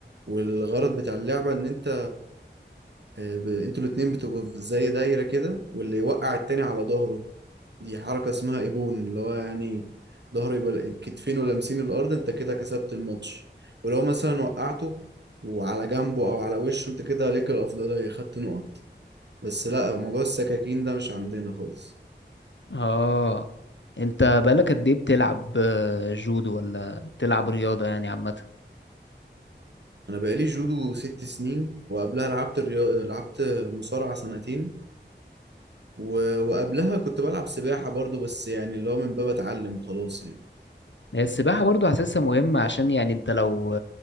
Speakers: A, on the right (about 65°); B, on the left (about 75°).
A: والغرض بتاع اللعبة إن أنت آه، ب- انتوا الاتنين بتبقوا في زي دايرة كده واللي يوقع التاني على ظهره دي حركة اسمها ايبون اللي هو يعني ظهره يبقى كتفينه لامسين الأرض انت كده كسبت الماتش ولو مثلا وقعته وعلى جنبه أو على وشه انت كده ليك الأفضلية خدت نقط بس لا موضوع السكاكين ده مش عندنا خالص
B: اه انت بقالك قد ايه بتلعب آه، جودو ولا بتلعب رياضه يعني عامه
A: أنا بقالي جودو ست سنين وقبلها لعبت الريا... لعبت مصارعة سنتين و... وقبلها كنت بلعب سباحة برضو بس يعني اللي هو من باب أتعلم وخلاص يعني
B: هي السباحة برضو حاسسها مهمة عشان يعني انت لو